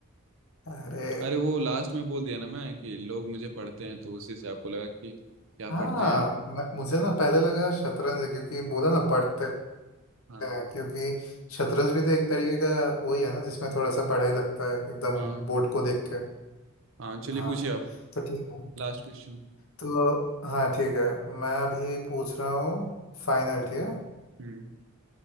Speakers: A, on the left; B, on the right.
A: अरे
B: अरे वो लास्ट में बोल दिया ना मैं कि लोग मुझे पढ़ते हैं तो उसी से आपको लगा कि क्या
A: हाँ
B: पढ़ते हैं यार
A: म- मुझे ना पहले लगा शतरंज है क्योंकि बोला ना पढ़ते
B: हाँ
A: हैं क्योंकि शतरंज भी तो एक तरीके का वही है ना जिसमें थोड़ा सा पढ़ाई लगता है एकदम
B: हाँ
A: बोर्ड को देख के
B: हाँ चलिए
A: हाँ
B: पूछिए आप
A: तो ठीक है
B: Last question
A: तो हाँ ठीक है मैं अभी पूछ रहा हूँ फाइनल ठीक है
B: हम्म